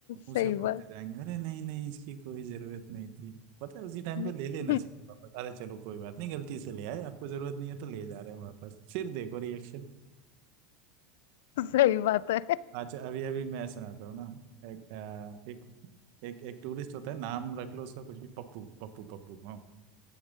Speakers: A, on the right; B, on the left.
A: मुंह
B: सही
A: से बोलते
B: बात
A: जाएंगे अरे नहीं नहीं इसकी कोई जरूरत नहीं थी पता है उसी टाइम
B: <laughs>
A: पे ले लेना चाहिए वापस अरे चलो कोई बात नहीं गलती से ले आए आपको जरूरत नहीं है तो ले जा रहे हैं वापस फिर देखो रिएक्शन
B: सही बात है
A: अच्छा अभी अभी मैं सुनाता हूँ ना एक अ, एक एक एक टूरिस्ट होता है नाम रख लो उसका कुछ भी पप्पू पप्पू पप्पू हाँ